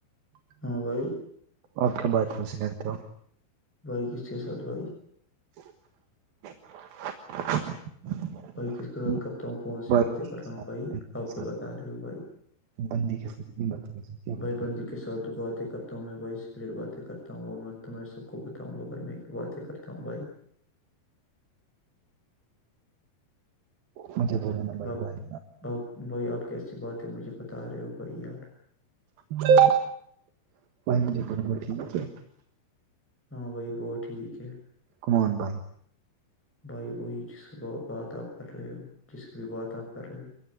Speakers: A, in the centre; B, on the right (about 65°).
A: ہاں بھائی
B: آپ کے باتوں سے کرتے ہو
A: ب چات بائی
B: <unintelligible>
A: بھائیس کی
B: ہو
A: د کرتا ہوں کون سی
B: بھائی
A: باتیں کر
B: کے
A: رہا ہوں
B: ساتھ
A: بھائی
B: بندی
A: آپ
B: کے
A: کیا
B: ساتھ
A: بتا رہے ہو بھائی
B: بندی کےات بات کیا بات
A: بھائی بندی کے ساتھ باتیں کرتا ہوں میں بھائی سگریٹ باتیں کرتا ہوں اور تمہ س کو بتاؤں گا بائی میں کیا باتیں کرتا ہوں بھائی
B: مجہ بناا بائی
A: آپ
B: بائی
A: آپ بھائی آپ کیسی بات ہے مجھے بتا رہے ہو بھائی یار
B: <unintelligible>
A: ہاں بھائی وہت ٹھیک ہے
B: کمان بائی
A: بھائی وہی جس کی بات آپ کر رہے ہو جس کی بھی بات آپ کر رہے ہو